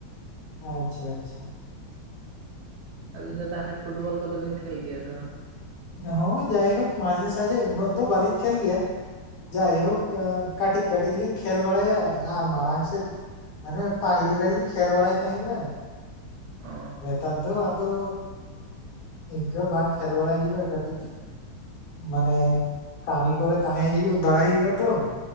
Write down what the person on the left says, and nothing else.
ᱟᱪᱪᱷᱟ ᱟᱪᱪᱷᱟ᱾
ᱦᱚᱸ ᱡᱟᱭᱦᱳᱠ ᱢᱟᱡᱷᱮ ᱥᱟᱡᱷᱮ ᱩᱱᱟᱹᱜ ᱫᱚ ᱵᱟᱹᱞᱤᱧ ᱠᱷᱮᱞ ᱜᱮᱭᱟ᱾ ᱡᱟᱭᱦᱳᱠ ᱠᱟᱹᱴᱤᱡ ᱠᱟᱹᱴᱤᱡ ᱞᱤᱧ ᱠᱷᱮᱞ ᱵᱟᱲᱟᱭᱟ ᱟᱨ ᱢᱟᱲᱟᱝ ᱥᱮᱫ ᱢᱟᱱᱮ ᱯᱟᱹᱦᱤᱞ ᱨᱮᱞᱤᱧ ᱠᱷᱮᱞ ᱵᱟᱲᱟᱭ ᱛᱟᱦᱮᱸᱱᱟ᱾
ᱱᱮᱛᱟᱨ ᱫᱚ ᱟᱫᱚ ᱤᱱᱠᱟᱹ ᱵᱟᱝ ᱠᱷᱮᱞ ᱵᱟᱲᱟᱭ ᱦᱩᱭᱩᱜᱼᱟ᱾ ᱠᱟᱹᱴᱤᱡ ᱢᱟᱱᱮ ᱠᱟᱹᱢᱤ ᱠᱚᱨᱮ ᱛᱟᱦᱮᱸ ᱦᱩᱭᱩᱜ ᱵᱟᱲᱟᱭᱚᱜᱼᱟ ᱛᱚ,